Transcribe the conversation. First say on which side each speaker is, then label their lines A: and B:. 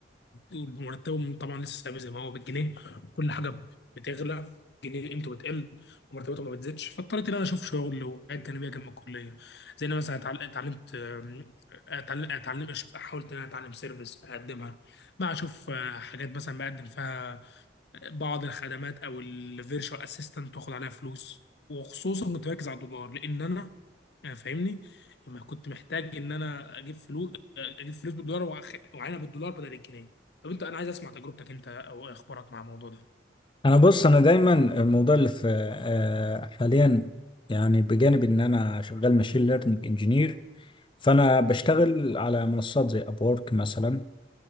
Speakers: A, on the left (about 65°); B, on the left (about 25°).
A: ومرتبهم طبعا لسه ثابت زي ما هو بالجنيه كل حاجه بتغلى الجنيه قيمته بتقل ومرتباته ما بتزيدش فاضطريت ان انا اشوف شغل وحاجات جانبيه جنب الكليه زي انا مثلا اتعل- اتعلمت آم، اتعلم اتعلم- أشوف- حاولت ان انا اتعلم سيرفيس اقدمها بقى اشوف آه، حاجات مثلا بقدم فيها بعض الخدمات او الفيرشوال اسيستنت واخد عليها فلوس وخصوصا كنت مركز على الدولار لان انا آه، فاهمني لما كنت محتاج ان انا اجيب فلوس اجيب فلوس بالدولار وأخ- واعينها بالدولار بدل الجنيه طب انت انا عايز اسمع تجربتك انت او اخبارك مع الموضوع ده
B: انا بص انا دايما الموضوع اللي في آه، حاليا يعني بجانب ان انا شغال ماشين ليرنينج انجينير فانا بشتغل
A: جميل
B: على منصات زي ابورك مثلا